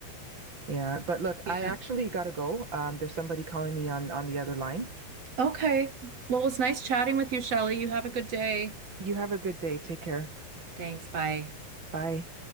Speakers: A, on the right (about 25°); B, on the right (about 45°).
A: Yeah, but look,
B: yeah.
A: I actually gotta go. Um, there's somebody calling me on on the other line.
B: Okay. Well, it was nice chatting with you, Shelley. You have a good day.
A: You have a good day. Take care.
B: Thanks. Bye.
A: Bye.